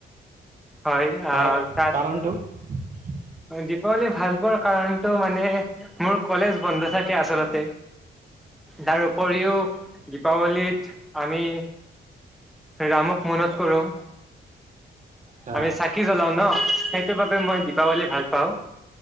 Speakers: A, in the centre; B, on the right (about 40°).
A: হয়
B: কাৰণ
A: আহ তাত
B: <unintelligible>
A: দীপাৱলী ভাল পোৱাৰ কাৰণতটো মানে মোৰ কলেজ বন্ধ থাকে আচলতে। তাৰ উপৰিও দীপাৱলীত আমি ৰামক মনত কৰোঁ।
B: আচ্ছা
A: আমি চাকি জ্বলাও ন সেইটো বাবে মই দিপাবলি ভাল পাওঁ।